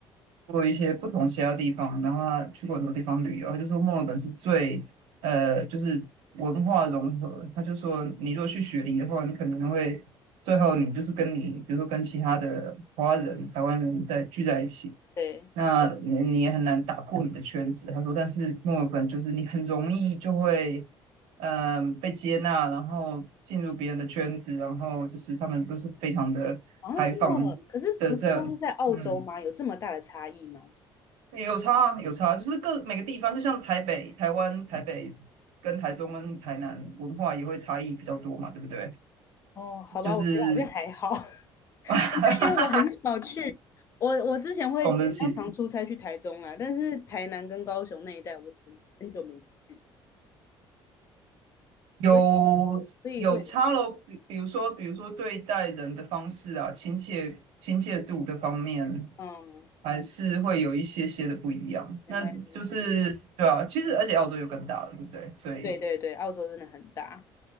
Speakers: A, on the right; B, on the left.
A: 住过一些不同其他地方，然后他去过很多地方旅游，他就说墨尔本是最呃就是文化融合，他就说你如果去雪梨的话，你可能会最后你就是跟你比如说跟其他的华人、台湾人在聚在一起。
B: 对，
A: 那你你也很难打破你的圈子。他说，但是墨尔本就是你很容易就会，嗯、被接纳，然后进入别人的圈子，然后就是他们都是非常的开放的这样，
B: 然后这么，可是不是都是在澳洲吗？
A: 嗯，
B: 有这么大的差异吗？
A: 也有差啊，有差，就是各每个地方，就像台北、台湾、台北跟台中跟台南文化也会差异比较多嘛，对不对？
B: 哦，好吧，
A: 就是
B: 我觉得好像还好，<laughs>
A: <laughs>
B: 对因为我很少去。我我之前会比较常出差去台中啊，
A: 我们的起。
B: 但是台南跟高雄那一带我很很久没去，
A: 有有差咯，
B: 所以所以会
A: 比比如说，比如说对待人的方式啊，亲切亲切度的方面，
B: 嗯，
A: 还是会有一些些的不一样。
B: 原来如
A: 那就是对啊，其实而且澳洲又更大了，对不对？所以
B: 对对对，澳洲真的很大，